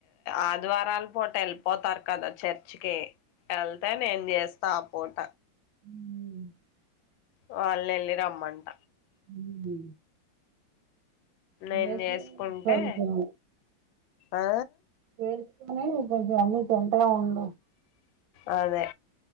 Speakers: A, on the left; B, on the right.
A: ఆదివారాల పూట ఏళ్ళి పోతారుకాదా చర్చికి ఎళ్తే నేం చేస్తా పూట
B: హు
A: వాళ్ని వెళ్ళి రమ్మంట
B: హు <unintelligible>
A: నేను చేసుకుంటే
B: కొంచెం
A: ఆ
B: చేసుకొని కొంచెం అన్ని తింటా ఉండు
A: అదే